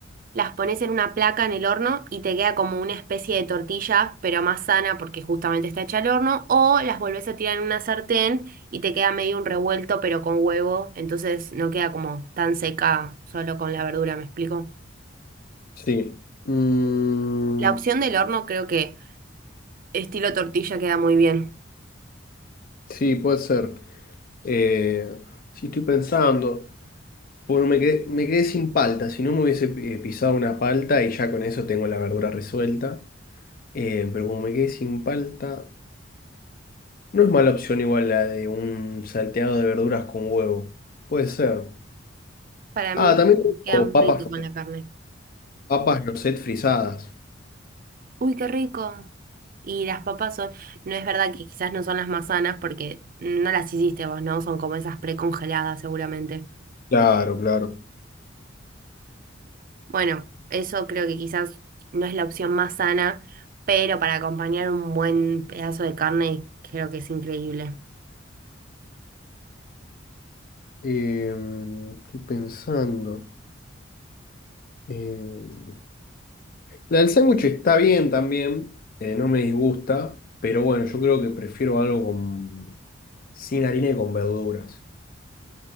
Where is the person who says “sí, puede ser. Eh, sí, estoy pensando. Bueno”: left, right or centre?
Left